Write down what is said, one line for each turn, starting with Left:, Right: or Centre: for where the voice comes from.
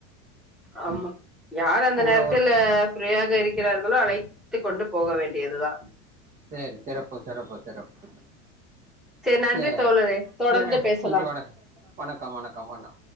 Centre: ஆமா யார் அந்த
Right: கூட
Centre: நேரத்தில்
Right: ஒரு
Centre: ஃப்ரீயாக இருக்கிறார்களோ அழைத்துக் கொண்டு போக வேண்டியதுதான்
Right: சரி சிறப்பு சிறப்பு சிறப்பு
Centre: செரி நன்றி
Right: சரி
Centre: தோழரே தொடர்ந்து
Right: நன்றி
Centre: பேசலாம்
Right: வணக்கம் வணக்கம் வணக்கம் வண்ணா